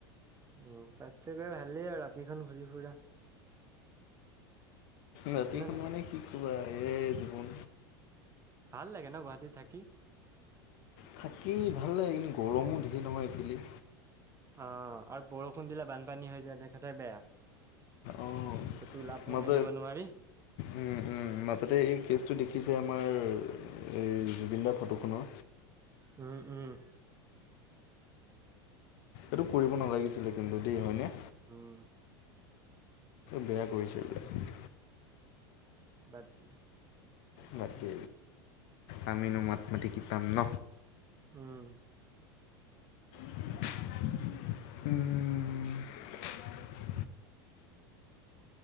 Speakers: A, on the right (about 25°); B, on the left (about 60°).
A: উম, তাত ছাগৈ ভালেই আৰু ৰাতিখন ঘূৰি ফুৰা।
B: ৰাতি
A: হয়নে
B: শোন
A: নহয়
B: মানে কি কবা এই জীৱন
A: ভাল লাগে ন গুৱাহাটীত থাকি।
B: থাকি ভাল লাগে কিন্তু গৰমো ধেৰ নহয় এইফিলি
A: অ' আৰু বৰষুণ দিলে বানপানী হৈ যায় তেখেতে বেয়া।
B: অ'
A: ক'তো ওলাব
B: মাজ
A: মেলিব নোৱাৰি
B: উম উম মাজতে কেচটো দেখিছে আমাৰ এই জুবিন দা ফটোখনৰ
A: উম, উম।
B: এইটো কৰিব নালাগিছিলে কিন্তু দেই হয়নে।
A: উম।
B: বেয়া কৰিছে এতিয়া
A: বাদ দিয়া
B: বাকি আমিনো মাত মাতি কি পাম ন।
A: উম
B: উম।